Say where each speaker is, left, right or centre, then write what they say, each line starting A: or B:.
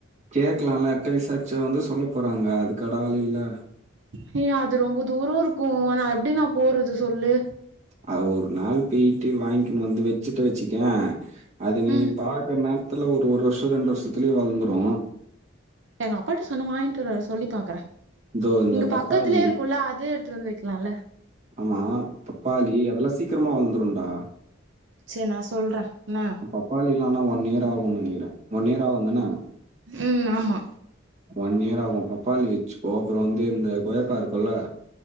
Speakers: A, on the right; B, on the right.
A: கேக்கலால யார்டாது விசார்ச்சா வந்து சொல்ல போறாங்க அதுக்காடா ஆளுல்ல
B: யே அது ரொம்ப தூரோ இருக்கோ நா எப்டி நா போறது சொல்லு
A: ஆ ஒரு நாள் போய்ட்டு வாங்கின்னு வந்து வச்சுட்டு வச்சிகயே அது நீ
B: ம்
A: பாக்குற நேரத்துல ஒரு ஒரு வர்ஷோ ரெண்டு வர்ஷத்துலே வளந்துரோ
B: எங்க அப்பாயிட்ட சொன்னா வாங்கிட்டு வருவாரு சொல்லி பாக்குற
A: இதோ இந்த
B: இங்க பக்கத்துலே
A: பப்பாளி
B: இருக்குல அதே எடுத்துனு வந்து வெக்கலால
A: ஆமா தப்பாளி அதெல்லா சீக்கிரமா வளந்துருடா
B: செரி நா சொல்ற என்ன
A: பப்பாளிலா ஆனா ஒன் இயர் ஆகு நெனைக்கிற ஒன் இயர் ஆவுந்தன
B: ம் ஆமா
A: ஒன் இயர் ஆகு பப்பாளி வச்சுக்கோ அப்புறோ வந்து இந்த கொயாக்கா இருக்கும்ல